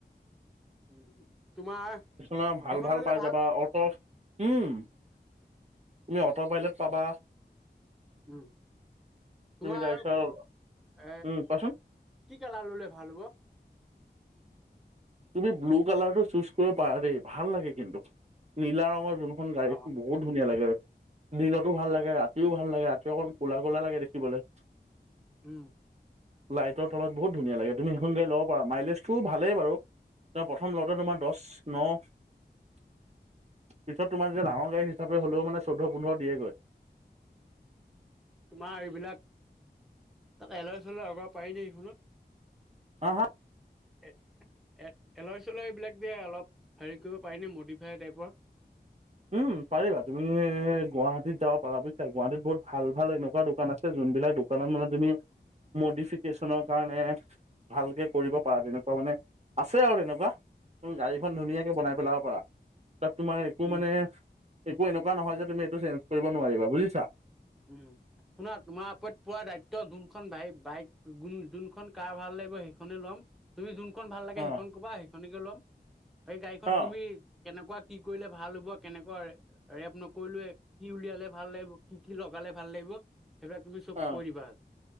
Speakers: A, in the centre; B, on the right.
A: উম, তোমাৰ
B: না ভাল
A: সেইখন
B: ভাল
A: ল'লে
B: পাই যাবা অট উম
A: আ
B: তুমি অটো পাইলট পাবা
A: উম, তোমাৰ
B: তুমি তাৰপিছত
A: এ
B: উম কোৱাচোন
A: কি কেলা ললে ভাল হ'ব
B: তুমি ব্লু কালাৰটো চুজ কৰিব পাৰা দেই ভাল লাগে কিন্তু নীলা ৰঙৰ তুমি
A: অ অ
B: বহুত ধুনীয়া লাগে হয় দিনতো ভাল লাগে ৰাতিও ভাল লাগে ৰাতি অকণ ক'লা কোলা লাগে দেখিবলৈ
A: উম।
B: লাইটৰ তলত বহুত ধুনীয়া লাগে তুমি সেইখন গাড়ী ল'ব পা মাইলেজতটো ভালেই বাৰু। প্ৰথম লগতে তোমাৰ দহ ন- পিছত তোমাৰ যে ডাঙৰ গাড়ী হিচাপে হ'লেও মানে চৈধ্য পোন্ধৰ দিয়েগৈ।
A: তোমাৰ এইবিলাক- তাত এলৰা চল আগাব পাৰি ন সেইখনত-
B: হা হা।
A: এ <inaudible> এ এলহ চলহৰিীবিলাক দিয়ে অলপ হেৰি কৰিব পাৰিনে মডিফাই টাইপৰ।
B: উম পাৰিবা তুমি গুৱাহাটীত যাব পাৰা বুজিছা গুৱাহাটীত বহুত ভাল ভাল এনেকুৱা দোকান আছে য- তুম দোকান মান তুমি- মডিফিকেশ্যনৰ কাৰণে ভালকে কৰিব পাৰা তেনেকুৱা মানে- আছে আৰু তেনেকুৱা উম গাড়ীখন ধুনীয়াকে বনাই পেলাব পাৰা তাত তোমাৰ- একো
A: উম,
B: মানে একো এনেকুৱা নহয় যে তুমি এইটো চেঞ্জ কৰিব নোৱাৰিবা বুজিছা।
A: উম। শুনা তোমাৰ ওপৰত পোৱা দায়িত্ব যোনখনাই বাইক যোনখন কাৰ ভাল লাগিব সেইখনে ল'ম। তুমি যোনখন ভাল লাগে
B: অ',
A: সেইখন কবা সেইখনকে ল'ম তাকে গাড়ীখন
B: অ',
A: তুমি- কেনেকুৱা কি কৰিলে ভাল হ'ব কেনেকুৱা ৰেপ নকৰিলোৱে কি উলিয়ালে ভাল লাগিব কি- কি লগালে ভাল লাগিব? সেইবিলাক তুমি চব
B: অ'
A: কৈ দিবা।